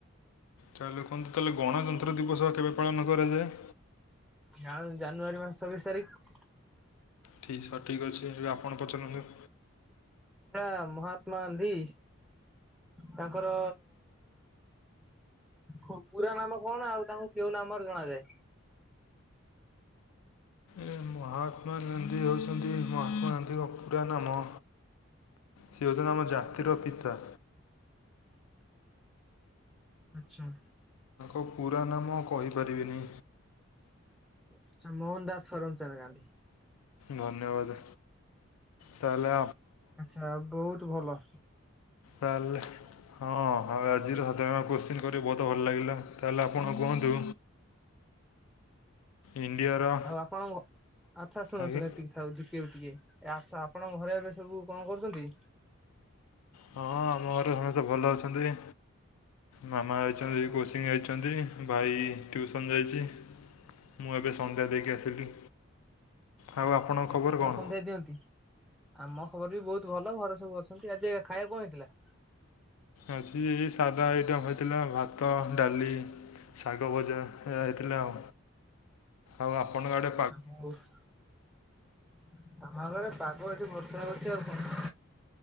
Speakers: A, on the left; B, in the centre.
A: ତାହେଲେ କୁହନ୍ତୁ ତାହେଲେ ଗଣତନ୍ତ୍ର ଦିବସ କେବେ ପାଳନ କରାଯାଏ?
B: ଯା ଜାନୁଆରୀ ମାସ ଛବିଶି ତାରିଖ।
A: ଠିକ୍ ସଠିକ୍ ଅଛିି ଏବେ ଆପଣ ପଚାରନ୍ତୁ।
B: ଆଚ୍ଛା ମହାତ୍ମା ଗାନ୍ଧୀ ତାଙ୍କର କ ପୁରା ନାମ କଣ ଆଉ ତାଙ୍କୁ କେଉଁ ନାମରେ ଜଣାଯାଏ?
A: ଏ ମହାତ୍ମା ଗାନ୍ଧୀ ହେଉଛନ୍ତି, ମହାତ୍ମା ଗାନ୍ଧୀଙ୍କ ପୁରା ନାମ ସେ ହେଉଚନ୍ତି ଆମ ଜାତିର ପିତା।
B: ଆଛା।
A: ଓ, ପୁରା ନାମ କହିପାରିବିନି।
B: ଆଛା, ମୋହନ ଦାସ କରମଚାନ୍ଦ ଗାନ୍ଧୀ।
A: ଧନ୍ୟବାଦେ, ତାଏଲେ
B: ଆଛା, ବହୁତ ଭଲ।
A: ତାଲେ ହଁ ଅଁ, ଆଜିର ସାଧାରଣ କୋଶ୍ଚିନ୍ କରି ବହୁତ ଭଲ ଲାଗିଲା, ତାହାଲେ ଆପଣ କୁହନ୍ତୁ
B: <inaudible>
A: ଇଣ୍ଡିଆର
B: ଆଉ ଆପଣ, ଆଛା, ଶୁଣ
A: ଆଜ୍ଞା
B: ଶୁଣ ଏତିକି <unintelligible> ଟିକେ, ଆଛା, ଆପଣଙ୍କ ଘରେ ଏବେ ସବୁ କଣ କରୁଚନ୍ତି?
A: ହଁ, ଆମ ଘରେ ସମସ୍ତେ ଭଲ ଅଛନ୍ତି, ମାମା ଅଛନ୍ତି
B: ଆଚ୍ଛା
A: କୋଚିଙ୍ଗ ଯାଇ ସେମିତି, ଭାଇ ଟ୍ୟୁସନ୍ ଯାଇଚି। ମୁଁ ଏବେ ସନ୍ଧ୍ୟା ଦେଇକି ଆସିଲି। ଆଉ
B: ଆଛା,
A: ଆପଣଙ୍କ ଖବର କଣ
B: ଆପଣ ସନ୍ଧ୍ୟା ଦିଅନ୍ତି? ଆମ ଖବର ବି ବହୁତ ଭଲ, ଘରେ ସବୁ ଅଛନ୍ତି, ଆଜି ଖାଇଆକୁ କଣ ହେଇଥିଲା?
A: ଆଜି ଏଇ ସାଦା ଆଇଟମ୍ ହୋଇଥିଲା, ଭାତ, ଡାଲି ଶାଗ ଭଜା ଏଇଆ ହେଇଥିଲା ଆଉ, ଆଉ ଆପଣଙ୍କ ଆଡେ
B: <unintelligible> ପାଗ ଏଠି ବର୍ଷା ହଉଚି ଆଉ କଣ?